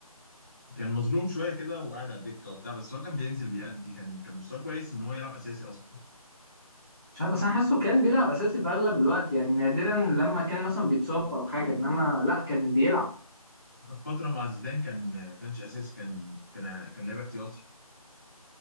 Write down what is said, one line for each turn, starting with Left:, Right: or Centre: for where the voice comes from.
Left: كان مظلوم شويه كده وقاعد على الدكه وبتاع بس هو كان بينزل بيأدي كان كان مستواه كويس ان هو يلعب اساسي اصلا
Centre: مش عارف بس انا حاسه كان بيلعب اساسي في اغلب الوقت يعني نادرا لما كان مثلا بيتصاب او حاجه انما لا كان بيلعب
Left: فتره مع زيدان كان آه، كانش اساسي كان كان كان لاعب احتياطي